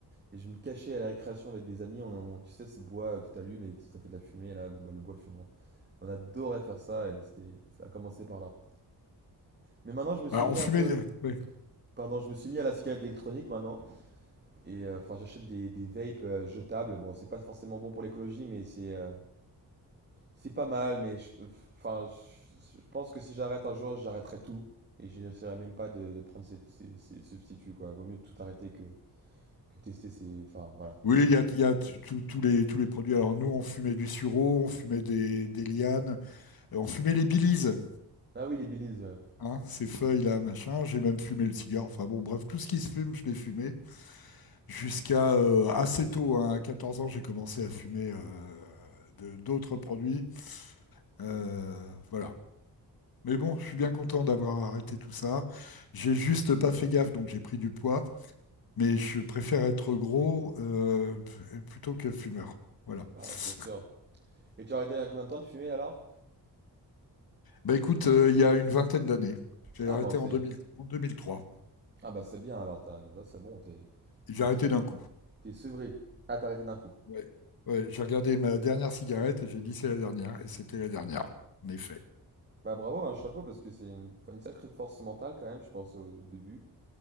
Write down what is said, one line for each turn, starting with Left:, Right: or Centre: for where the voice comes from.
Right: Et je me cachais à la récréation avec des amis, on, on- tu sais, ce bois que t'allumes et ça fait de la fumée, là, le bois, le bois fumant. On adorait faire ça et c'était, ça a commencé par là. Mais maintenant, je me suis
Left: alors,
Right: mis
Left: on fumait
Right: un peu,
Left: des... Oui,
Right: pardon, je me suis mis à la cigarette électronique maintenant. Et euh, enfin, j'achète des, des vapes euh, jetables. Bon, c'est pas forcément bon pour l'écologie, mais c'est euh, c'est pas mal. Mais je, enfin, je, je pense que si j'arrête un jour, j'arrêterai tout. Et j'essaierai même pas de, de prendre ces, ces- ces substituts, quoi. Vaut mieux tout arrêter que, que tester ces. Enfin, voilà.
Left: Oui, il y a, il y a t- tout- tous les, tous les produits. Alors nous, on fumait du sureau, on fumait des, des lianes, euh, on fumait les bilises.
Right: Ah oui, les Baileys, ouais.
Left: hein, ces feuilles-là, machin. J'ai même fumé le cigare. Enfin bon, bref, tout ce qui se fume, je l'ai fumé. Jusqu'à euh, assez tôt, hein, à 14 ans, j'ai commencé à fumer euh, de- d'autres produits. Euh, voilà. Mais bon, je suis bien content d'avoir arrêté tout ça. J'ai juste pas fait gaffe, donc j'ai pris du poids. Mais je préfère être gros euh, plutôt que fumeur. Voilà.
Right: Ah,
Left: <laughs>
Right: bien sûr. Et tu as arrêté il y a combien de temps de fumer alors?
Left: Bah écoute, euh, il y a une vingtaine d'années, j'ai
Right: Ah
Left: arrêté
Right: bon c'est.
Left: en 2000 en 2003.
Right: Ah bah c'est bien alors, t'as- ça c'est bon, t'es
Left: J'ai
Right: t'es-
Left: arrêté
Right: t'es-
Left: d'un coup.
Right: t'es sevré. Ah t'as arrêté d'un coup.
Left: Ouais. Ouais, j'ai regardé ma dernière cigarette et j'ai dit c'est la dernière, et c'était la dernière, en effet.
Right: Bah bravo, un chapeau parce que c'est une, faut une sacrée force mentale quand même, je pense au début.